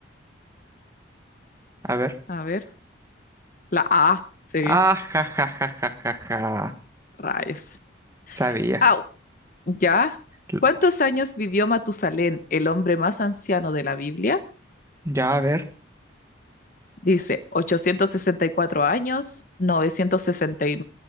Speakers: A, on the right; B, on the left.
A: A ver.
B: A ver, la A, sí,
A: Ah, ja, ja, ja, ja, ja, ja.
B: rayos.
A: Sabía.
B: Ah, ¿Ya?
A: L-
B: ¿Cuántos años vivió Matusalén, el hombre más anciano de la Biblia?
A: Ya, a ver.
B: Dice 864 años, novecientos sesenta y